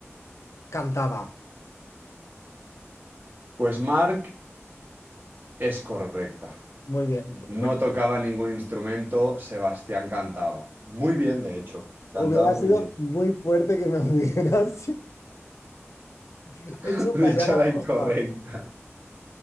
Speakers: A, on the left; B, on the right.
A: cantaba.
B: Pues Mark es correcta.
A: Muy bien.
B: No
A: Bueno,
B: tocaba ningún instrumento, Sebastián cantaba. Muy bien, de hecho.
A: hubiera
B: Cantaba muy
A: sido
B: bien.
A: muy fuerte que me hubieras <laughs>
B: <laughs>
A: hecho
B: Dicho
A: fallar a
B: la
A: posta.
B: incorrecta.